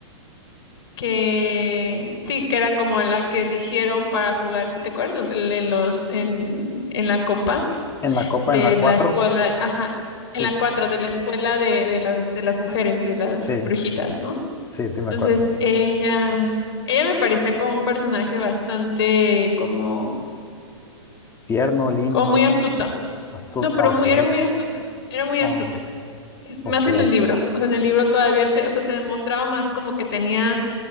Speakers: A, on the left; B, on the left.
A: que sí, que era como la que eligieron para jugar, si te acuerdas, en los, en, en la copa.
B: En la copa,
A: de
B: en la cuatro,
A: la escuela, ajá,
B: Sí,
A: en la cuatro, de la escuela de, de las, de las mujeres, de las
B: sí,
A: brujitas, ¿no?
B: sí, sí, me
A: Entonces,
B: acuerdo.
A: ella, ella me parecía como un personaje bastante, como,
B: Tierno, lindo,
A: como muy astuto.
B: astuto.
A: No, pero
B: ah, Ok.
A: muy, era muy astuta, era muy
B: Oh,
A: astuta.
B: ok.
A: Más en el libro, o sea, en el libro todavía se, o sea, se demostraba más como que tenía,